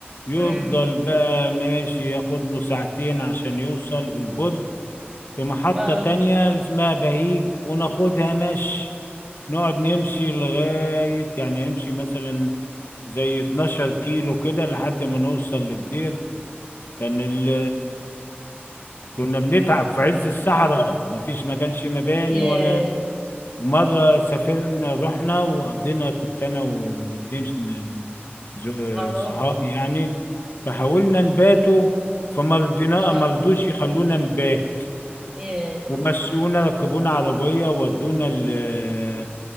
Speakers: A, on the left (about 60°); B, on the right (about 25°).
A: يفضل
B: مم.
A: بقى ماشي ياخد له ساعتين عشان يوصل البرج في محطة
B: اه
A: تانية اسمها بهيج وناخدها مشي نقعد نمشي لغاية يعني نمشي مثلا زي 12 كيلو كده لحد ما نوصل للدير كان ال كنا بنتعب في عز الصحراء مفيش ما كانش مباني
B: ياه
A: ولا مرة سافرنا رحنا وقضينا كنت أنا واتنين ز-
B: صحابك
A: صحابي يعني فحاولنا نباتوا فمرضينا
B: اه
A: مرضوش يخلونا نبات
B: ياه
A: ومشونا ركبونا عربية ودونا ال-